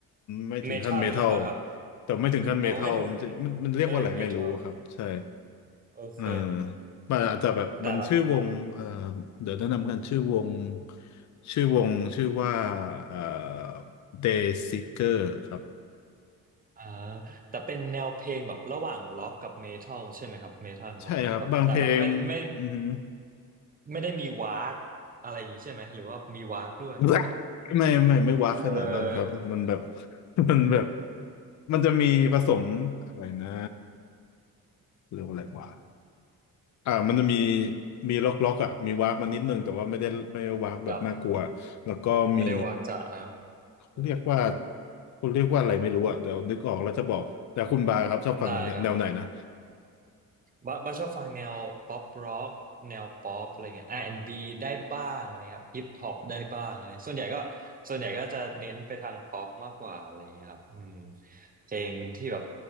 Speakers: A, on the left; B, on the right.
A: ไม่ถึงขั้นเมทัล
B: เมทัลเลยป่ะครับ
A: แต่ไม่ถึงขั้นเมทัลมันจะมันมันเรียกว่าอะไรไม่รู้ครับใช่
B: โอ้ไม่ถึงไม่ถึงเมทัลโอเค
A: เออมันอาจจะแบบมันชื่อวงเออ
B: แต่แบบ
A: เดี๋ยวแนะนำกันชื่อวงชื่อวงชื่อว่าเออ Day Seeker ครับ
B: อ่าแต่เป็นแนวเพลงแบบระหว่างล็อกกับเมทัลใช่ไหมครับเมทัลเนาะแบบแต่แบบไม่ไม่
A: ใช่ครับบางเพลงอือฮึ
B: ไม่ได้มีวากอะไรอย่างงี้ใช่ไหมหรือว่ามีวากด้วยหรือ
A: แบะไม่ไม่ไม่ว้าขนาดนั้นครับมันแบบ
B: เออ
A: <laughs> มันแบบมันจะมีผสมอะไรนะเรียกว่าอะไรวะอ่ามันจะมีมีล็อกล็อกอ่ะมีว้ากมานิดนึงแต่ว่าไม่ได้ไม่ได้ว้ากแบบน่ากลัวแล้วก็มี
B: <laughs> ครับไม่ได้วากจ๋าเนอะ
A: เขาเรียกว่า
B: เออ
A: เขาเรียกว่าอะไรไม่รู้อ่ะเดี๋ยวนึกออกแล้วจะบอกแต่คุณบาครับชอบฟังแนวไหนนะ
B: ได้ครับ บ้าบ้าชอบฟังแนวป๊อปร็อกแนวป๊อปอะไรเงี้ยอาร์แอนด์บ b ได้บ้างอะไรครับฮิปฮอปได้บ้างอะไรส่วนใหญ่ก็ส่วนใหญ่ก็จะเน้นไปทางป๊อปมากกว่าอะไรเงี้ยครับอืมเพลงที่แบบ